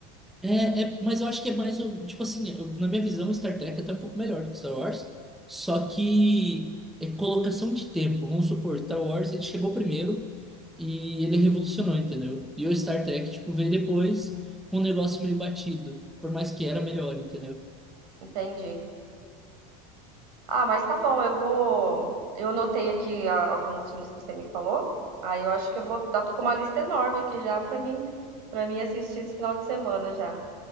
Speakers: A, in the centre; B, on the right.
A: É, é, mas eu acho que é mais, um- tipo assim, eu- na minha visão, Star Trek é até um pouco melhor do que Star Wars. Só que é colocação de tempo. Vamos supor, Star Wars, ele chegou primeiro e ele revolucionou, entendeu? E o Star Trek, tipo, veio depois com um negócio meio batido. Por mais que era melhor, entendeu?
B: Entendi. Ah, mas tá bom, eu vou. Eu anotei aqui ah, alguns filmes que você me falou. Aí eu acho que eu vou. Já tô com uma lista enorme aqui já pra mim, para mim assistir esse final de semana já.